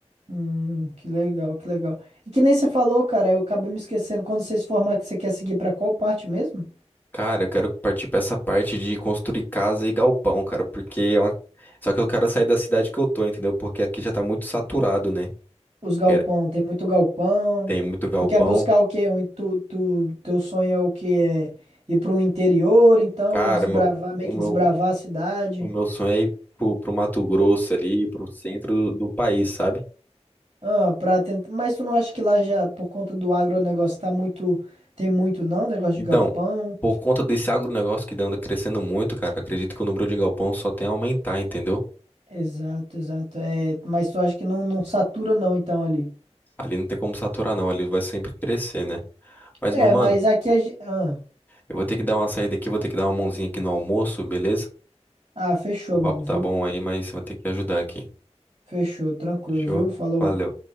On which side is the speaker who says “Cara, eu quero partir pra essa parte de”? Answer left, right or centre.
Left